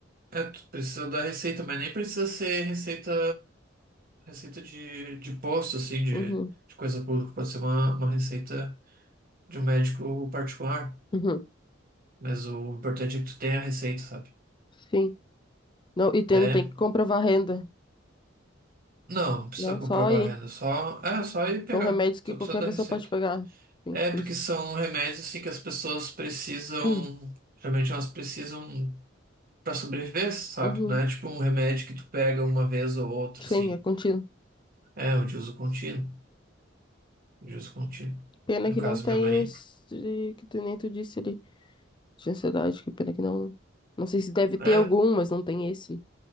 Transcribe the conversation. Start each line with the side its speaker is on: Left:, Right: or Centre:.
Right: é, tu precisa da receita, mas nem precisa ser receita, receita de, de posto, assim, de,
Left: Uhum,
Right: de coisa pública. Pode ser uma, uma receita de um médico particular.
Left: uhum.
Right: Mas o importante é que tu tenha a receita, sabe?
Left: Sim. Não, e tem,
Right: Até,
Left: tem que comprovar a renda.
Right: não, não precisa
Left: Não,
Right: comprovar
Left: só aí.
Right: a renda, só, é só ir pegar.
Left: São remédios que
Right: Só
Left: qualquer
Right: precisa da
Left: pessoa
Right: receita.
Left: pode pegar. Sim,
Right: É
Left: tipo
Right: porque
Left: isso.
Right: são remédios assim que as pessoas precisam,
Left: <clears throat>
Right: geralmente elas precisam pra sobreviver, sabe?
Left: Uhum.
Right: Não é tipo um remédio que tu pega uma vez ou outra,
Left: Sim,
Right: assim.
Left: é contínuo.
Right: É, o de uso contínuo. De uso contínuo.
Left: Pena
Right: No
Left: que
Right: caso,
Left: não tem
Right: minha mãe.
Left: os de- que tu nem tu disse ali, de ansiedade, que pena que não. Não sei se deve ter
Right: É,
Left: algum, mas não tem esse.